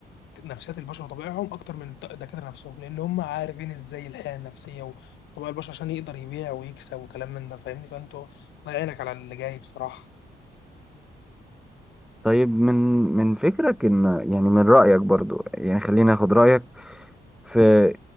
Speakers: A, on the left; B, in the centre.
A: نفسيات البشر وطبائعهم أكتر من الت- الدكاترة نفسهم لأن هم عارفين إزاي الحياة النفسية وطبائع البشر عشان يقدر يبيع ويكسب وكلام من ده فاهمني فأنتوا الله يعينك على اللي جاي بصراحة
B: طيب من من فكرك ان يعني من رايك برضو يعني خليني اخد رايك في